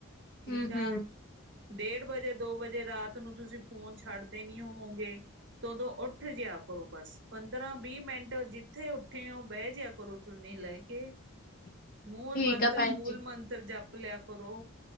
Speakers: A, on the right; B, on the left.
A: ਠੀਕ
B: ਹੂੰ-ਹੂੰ
A: ਆ। ਡੇਢ ਵਜੇ ਦੋ ਵਜੇ ਰਾਤ ਨੂੰ ਤੁਸੀਂ ਫੋਨ ਛੱਡਦੇ ਨੀ ਹੋਵੋਗੇ, ਤੇ ਉਦੋਂ ਉੱਠ ਜਿਆ ਕਰੋ ਬਸ ਪੰਦਰਾਂ-ਵੀਹ ਮਿੰਟ ਜਿੱਥੇ ਉੱਠੇ ਹੋ ਬਹਿ ਜਿਆ ਕਰੋ ਚੁੰਨੀ ਲੈ ਕੇ।
B: <inaudible>
A: ਮੂਲ
B: ਠੀਕ
A: ਮੰਤਰ
B: ਆ ਭੈਣ
A: ਮੂਲ
B: ਜੀ।
A: ਮੰਤਰ ਜਪ ਲਿਆ ਕਰੋ।